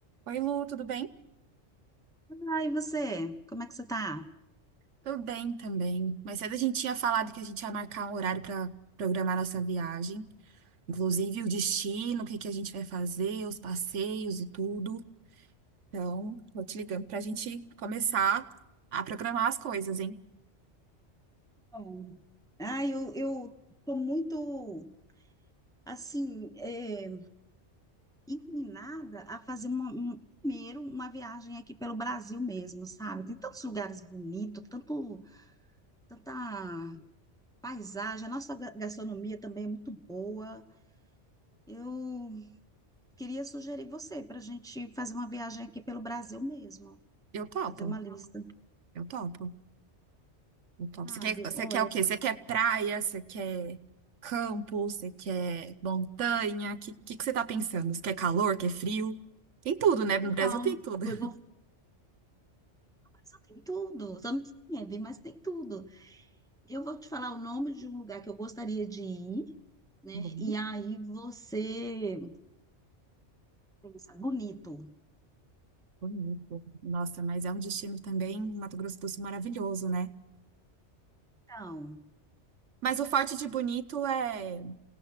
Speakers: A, on the right; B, in the centre.
A: Oi, Lu, tudo bem?
B: Ah, e você? Como é que você tá?
A: Tudo bem também. Mais cedo a gente tinha falado que a gente ia marcar um horário para programar nossa viagem, inclusive o destino, o que que a gente vai fazer, os passeios e tudo. Então, vou te ligando para a gente começar a programar as coisas, hein?
B: Bom, Ah, eu, eu tô muito, assim, é, inclinada a fazer uma, um- primeiro uma viagem aqui pelo Brasil mesmo, sabe? Tem tantos lugares bonitos, tanto, tanta paisagem, a nossa ga- gastronomia também é muito boa. Eu queria sugerir você para a gente fazer uma viagem aqui pelo Brasil mesmo,
A: Eu topo,
B: fazer uma lista,
A: eu topo, eu topo.
B: sabe?
A: Você quer, você
B: Olha,
A: quer o quê? Você quer praia? Você quer campo? Você quer montanha? O que, que, que você tá pensando? Você quer calor? Quer frio? Tem tudo, né?
B: eu
A: No
B: vou
A: Brasil
B: falar,
A: tem
B: um-
A: tudo. Tá
B: eu vou Mas só tem tudo, só não tem neve, mas tem tudo. Eu vou te falar o nome de um lugar que eu gostaria de ir, né?
A: Bom.
B: E aí você pensa, bonito.
A: Bonito. Nossa, mas é um destino também, Mato Grosso do Sul, maravilhoso, né?
B: Então,
A: Mas o forte de Bonito é